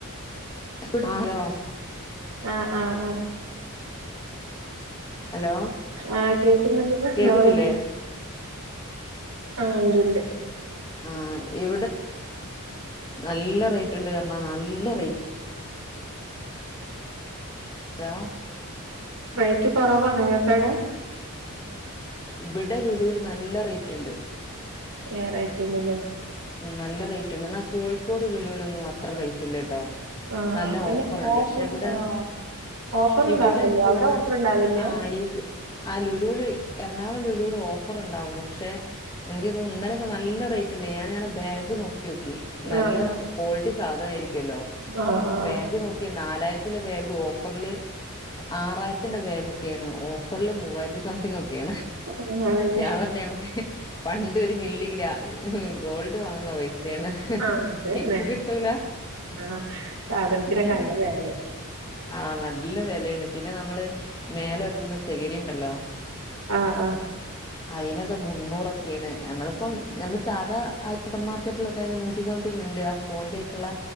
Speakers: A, on the left (about 20°); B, on the right (about 75°).
A: <unintelligible>
B: ആഹ് ആഹ് ആഹ്.
A: ഹലോ,
B: ആഹ് കേക്കുന്നുണ്ട് പറഞ്ഞോളി
A: കേക്കുന്നില്ലേ
B: ആഹ് ഉണ്ട് ഉണ്ട്.
A: ആഹ് ഇവിടെ നല്ല റേറ്റ്ണ്ട് പറഞ്ഞാ നല്ല റേറ്റ് ഹലോ
B: റേറ്റ് കുറവാ നിങ്ങൾക്കടെ
A: ഇവടെ ലുലൂല് നല്ല റേറ്റ് ഇണ്ട്
B: ഏ റേറ്റ് ഇണ്ടലെ
A: നല്ല റേറ്റ്ണ്ട് എന്നാൽ കോഴിക്കോട് ലുലുലൊന്നും അത്ര റേറ്റ്ല്ലട്ടോ.
B: ആഹ്
A: നല്ല
B: അതിന്
A: ഓഫറുണ്ട്
B: ഓഫർ
A: ക്ഷെ ഇവിടെ.
B: ആഹ് ഓഫർ ഉണ്ടാവല്ലോ
A: ഇവിടെ ഇന്ക്ക്
B: അവിടെ
A: തോന്ന്ണെ
B: ഓഫർ ഉണ്ടാവില്ല
A: ആയി. ആ ലുലുല് എറണാകുളം ലുലുവില് ഓഫർ ഉണ്ടാവും പക്ഷെ. എനിക്ക് തോന്നുന്നു ഇന്നലൊക്കെ നല്ല റേറ്റ് ഉണ്ടായിനി ഞാനിങ്ങനെ. ബാഗ് നോക്കിയൊക്കി നല്ല
B: ആഹ്
A: ക്വാളിറ്റി സാധനം ആയിരിക്കുവല്ലോ.
B: ആഹ് ആഹ്.
A: ഇത് നോക്കി നാലായിരത്തിന്റെ ബാഗ് ഓഫറിൽ. ആറായിരത്തിന്റെ ബേഗൊക്കെയാണ് ഓഫറിൽ മൂവായിരത്തിസംതിങ് ഒക്കെ.
B: അങ്ങനാണല്ലേ
A: ഞാൻ പറഞ് പണ്ട് ഒരു മില്ലി ഗ്ര ഗോൾഡ്. അത് വങ്ങുന്ന പൈസയാണ്.
B: ആഹ് അതന്നെ
A: ഇപ്പ കിട്ടൂല്ല
B: ആഹ് സാധനത്തിനൊക്കെ
A: ഉം.
B: നല്ല വെലയാ
A: ആഹ് നല്ല വെലയിണ്ട് പിന്നെ നമ്മള് മേലെ ഒരുതുന്ന ചകിരി ഉണ്ടല്ലോ.
B: ആഹ് ആഹ്.
A: അയിനൊക്കെ മുന്നൂറൊക്കെയാണ് നമ്മളിപ്പം നമ്മള് സാധാ ആ സൂപ്പർ മാർക്കറ്റിലൊക്കെ അയിന് നൂറ്റിസംതിങ് ഉണ്ട് ആ സ്പോഞ്ച് ആയിട്ടുള്ള